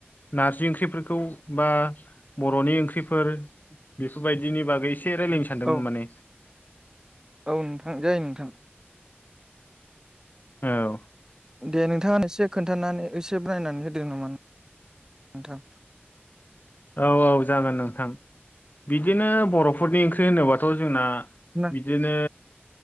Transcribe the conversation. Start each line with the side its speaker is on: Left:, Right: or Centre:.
Left: नारजि ओंख्रिफोरखौ बा बर'नि ओंख्रिफोर बेफोरबायदिनि बागै एसे रायलायनो सानदोंमोन
Right: औ
Left: माने
Right: औ नोंथां जायो नोंथां।
Left: औ।
Right: दे नोंथाङा एसे खोन्थानानै एसे ब्रायनानै होदो नामा नोंथां
Left: औ औ जागोन नोंथां बिदिनो बर'फोरनि ओंख्रि होनोबाथ' जोंना
Right: ना
Left: बिदिनो